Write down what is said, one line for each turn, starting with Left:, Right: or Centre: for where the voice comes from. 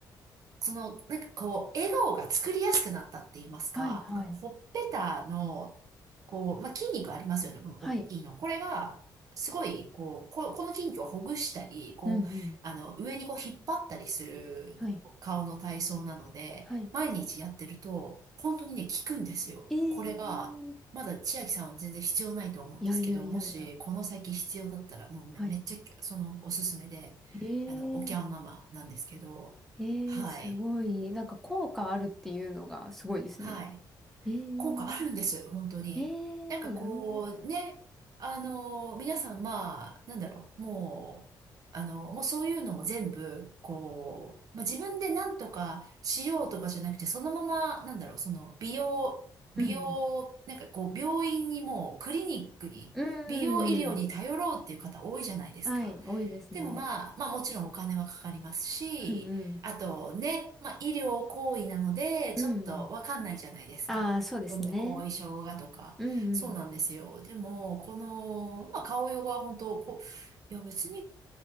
Right: その、なんかこう、笑顔が作りやすくなったって言いますか、
Centre: はい、はい。
Right: なんかこう、ほっぺたの、こう、まあ、筋肉ありますよね、この大きいの。
Centre: はい。
Right: これが、すごい、こう、こ、この筋肉をほぐしたり、こう、
Centre: うん、うん。
Right: あの、上にこう、引っ張ったりする顔の体操なので、
Centre: はい。はい。
Right: 毎日やってると、本当にね、効くんですよ。
Centre: ええ
Right: これが、まだ千秋さんは全然必要ないと思うんですけど、
Centre: いやいやいやいや。
Right: もし、この先必要だったら、もうめ、
Centre: はい。
Right: めっちゃ、その、おすすめで、
Centre: ええ
Right: あの、おキャンママなんですけど、
Centre: ええ、
Right: はい。
Centre: すごい。なんか効果あるっていうのがすごいですね。
Right: はい。
Centre: ええ、
Right: 効果あるんです、本当に。
Centre: えーやろ
Right: なんかこう、ね、あの、皆さん、まあ、なんだろう、もう、あの、もうそういうのも全部、こう、まあ、自分で何とかしようとかじゃなくて、そのまま、なんだろう、その、美容、
Centre: う。
Right: 美容、
Centre: うんうん。
Right: なんかこう、病院にもう、クリニックに、
Centre: うんうん。
Right: 美容医療に頼ろうっていう方多いじゃないですか。
Centre: はい、多いですね。
Right: でもまあ、まあもちろんお金はかかりますし、
Centre: うんうん。
Right: あとね、まあ医療行為なので、
Centre: うんうん。
Right: ちょっとわかんないじゃないですか。
Centre: ああ、そうですね。
Right: どんな後遺症がとか。
Centre: うんうん。
Right: そうなんですよ。でも、この、まあ顔用は本当、こう、いや別に